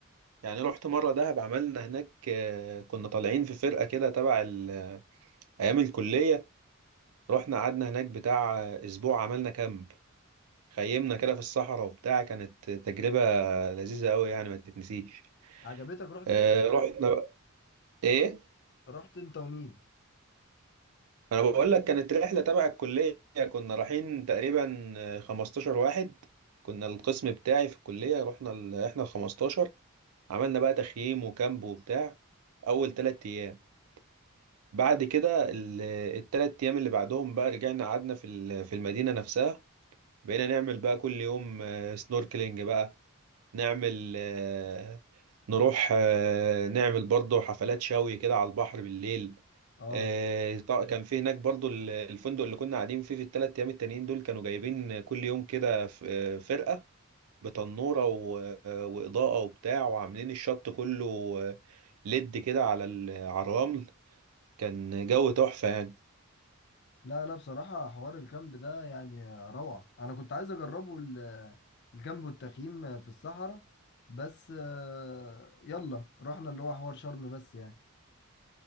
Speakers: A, on the right; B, on the left.
A: يعني رحت مره دهب عملنا هناك آه، كنا طالعين في فرقه كده تبع ال- ايام الكليه رحنا قعدنا هناك بتاع آه، اسبوع عملنا كامب خيمنا كده في الصحراء وبتاع كانت تجربة لذيذة أوي يعني ما تتنسيش
B: عجبتك رحت
A: آه رحنا بقى إيه؟
B: رحت انت ومين
A: أنا بقول لك كانت رحلة تبع الكلية كنا رايحين تقريبا آه، 15 واحد كنا القسم بتاعي في الكلية رحنا ال... إحنا ال 15 عملنا بقى تخييم وكامب وبتاع أول تلات أيام بعد كده ال... التلات أيام اللي بعدهم بقى رجعنا قعدنا في ال... في المدينة نفسها بقينا نعمل بقى كل يوم آه، سنوركلينج بقى نعمل آه، نروح آه، نعمل برضه حفلات شوي كده على البحر بالليل
B: اه
A: آه، طا- كان في هناك برضه ال- الفندق اللي كنا قاعدين فيه في الثلاث ايام التانيين دول كانوا جايبين كل يوم كده ف- آه، فرقة بتنورة و- آه، وإضاءة وبتاع وعاملين الشط كله آه، ليد كده على ال- على الرمل كان جو تحفة يعني
B: لا لا بصراحة حوار الكامب ده يعني روعة انا كنت عايز اجربه ال- الكامب والتخييم في الصحراء بس آه، يلا رحنا اللي هو حوار شرم بس يعني